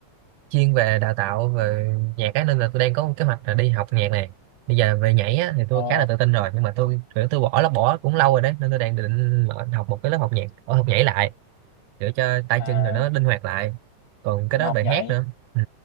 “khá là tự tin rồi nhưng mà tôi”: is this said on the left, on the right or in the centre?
Right